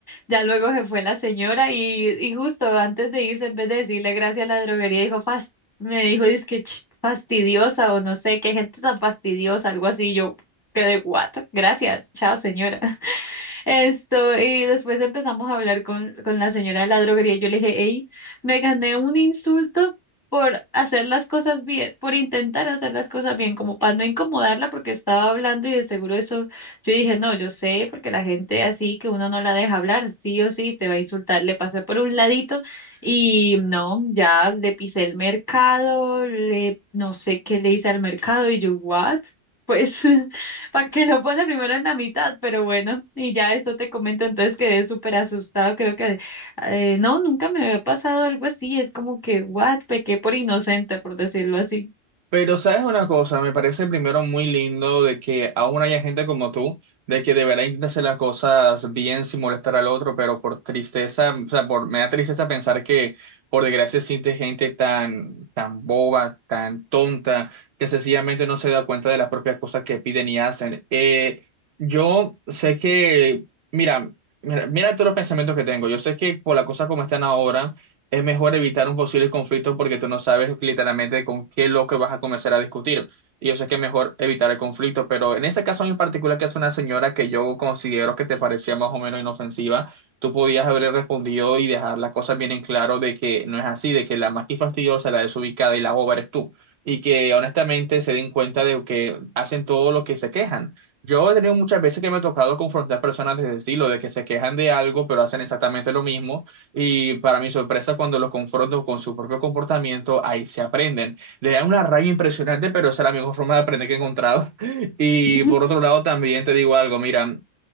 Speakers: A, on the left; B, on the right.
A: Ya luego se fue la señora y, y justo antes de irse, en vez de decirle gracias a la droguería, dijo, "Fas- me dijo, es que fastidiosa o no sé, qué gente tan fastidiosa, algo así. Yo quedé, what? Gracias, chao señora. Esto, y después empezamos a hablar con, con la señora de la droguería. Yo le dije, hey, me gané un insulto por hacer las cosas bien, por intentar hacer las cosas bien, como para no incomodarla porque estaba hablando y de seguro eso, yo dije, no, yo sé, porque la gente así que uno no la deja hablar, sí o sí, te va a insultar, le pasé por un ladito y no, ya le pisé el mercado, le, no sé qué le hice al mercado y yo, what? Pues... <laughs> para que lo pone primero en la mitad, pero bueno, y ya eso te comento, entonces quedé súper asustado, creo que eh, no, nunca me había pasado algo así, es como que, what, pequé por inocente, por decirlo así.
B: Pero sabes una cosa, me parece primero muy lindo de que aún haya gente como tú, de que de verdad intenta hacer las cosas bien sin molestar al otro, pero por tristeza, o sea, por, me da tristeza pensar que por desgracia existe gente tan, tan boba, tan tonta, que sencillamente no se da cuenta de las propias cosas que piden y hacen. Eh, yo sé que, mira, mira, mira todos los pensamientos que tengo, yo sé que por las cosas como están ahora es mejor evitar un posible conflicto porque tú no sabes literalmente con qué loco vas a comenzar a discutir. Y yo sé que es mejor evitar el conflicto, pero en ese caso en particular, que es una señora que yo considero que te parecía más o menos inofensiva, tú podías haber respondido y dejar las cosas bien en claro de que no es así, de que la más que fastidiosa, la desubicada y la boba eres tú. Y que honestamente se den cuenta de que hacen todo lo que se quejan. Yo he tenido muchas veces que me he tocado confrontar personas de ese estilo, de que se quejan de algo, pero hacen exactamente lo mismo y para mi sorpresa, cuando los confronto con su propio comportamiento, ahí se aprenden. Le da una rabia impresionante, pero esa es la mejor forma de aprender que he encontrado. <laughs> Y
A: <laughs>
B: por otro lado, también te digo algo, mira,